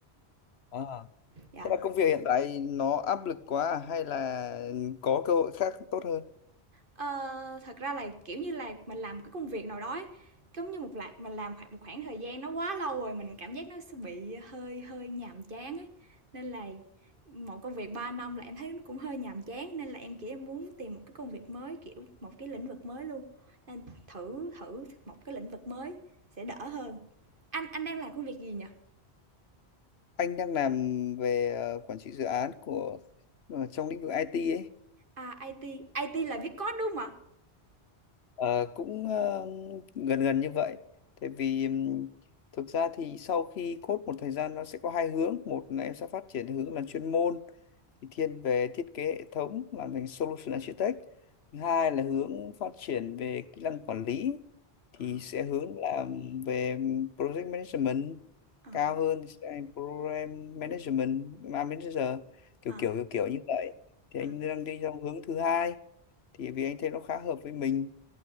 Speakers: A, on the left; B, on the right.
A: à.
B: dạ
A: Thế là công việc hiện tại nó áp lực quá à? hay là có cơ hội khác tốt hơn?
B: Ờ, thật ra là, kiểu như là, mình làm một cái công việc nào đó ấy, giống như một là mình làm khoảng một khoảng thời gian nó quá lâu rồi, mình cảm giác nó sẽ bị hơi hơi nhàm chán ấy. Nên là một công việc 3 năm là em thấy nó cũng hơi nhàm chán, nên là em, kiểu, em muốn tìm một cái công việc mới, kiểu, một cái lĩnh vực mới luôn, nên thử thử một cái lĩnh vực mới sẽ đỡ hơn. Anh anh đang làm công việc gì nhỉ?
A: Anh đang làm về ờ, quản trị dự án của ờ, trong lĩnh vực IT ấy,
B: À, IT, IT là viết code, đúng không ạ?
A: Ờ, cũng ờ, gần gần như vậy. Tại vì ừm, thực ra thì sau khi code một thời gian nó sẽ có hai hướng, một là em sẽ phát triển hướng là chuyên môn thì thiên về thiết kế hệ thống làm thành solution architect thứ hai là hướng phát triển về kỹ năng quản lý
B: Ờ,
A: thì sẽ hướng làm về project management
B: ờ,
A: cao hơn thì sẽ thành program management ma manager kiểu
B: ờ,
A: kiểu kiểu kiểu như vậy thì
B: ờ,
A: anh
B: vâng
A: đang đi trong hướng thứ hai thì vì anh thấy nó khá hợp với mình